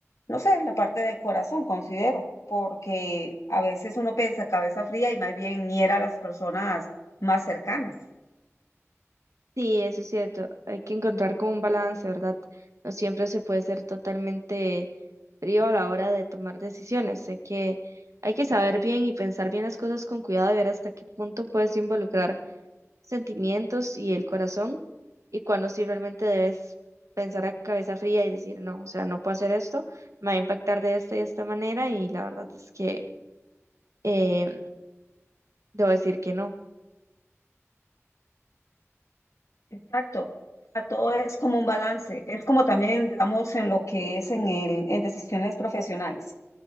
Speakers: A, on the left; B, on the right.
A: no sé, la parte del corazón, considero, porque a veces uno piensa cabeza fría y más bien hiera a las personas más cercanas.
B: Sí, eso es cierto. Hay que encontrar como un balance, ¿verdad? No siempre se puede ser totalmente frío a la hora de tomar decisiones. Hay que, hay que saber bien y pensar bien las cosas con cuidado y ver hasta qué punto puedes involucrar sentimientos y el corazón, y cuando sí realmente debes pensar a cabeza fría y decir, no, o sea, no puedo hacer esto, me va a impactar de esta y de esta manera, y la verdad es que eh, debo decir que no.
A: Exacto. A todo es como un balance, es como también, digamos, en lo que es en el, en decisiones profesionales.